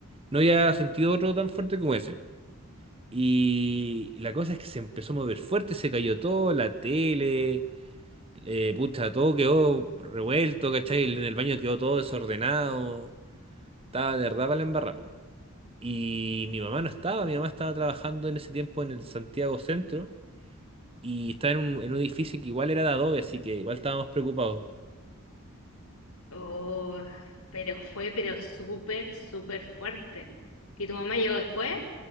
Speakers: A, on the right; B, on the left.
A: no había sentido otro tan fuerte como ese. Y la cosa es que se empezó a mover fuerte, se cayó todo, la tele. Eh, pucha, todo quedó revuelto, ¿cachai? En el baño quedó todo desordenado. Estaba de verdad para la embarrada. po. Y mi mamá no estaba, mi mamá estaba trabajando en ese tiempo en el Santiago Centro y estaba en un, en un edificio que igual era de adobe, así que igual estábamos preocupados.
B: Oh, pero fue, pero súper, súper fuerte. ¿Que tu mamá llegó después?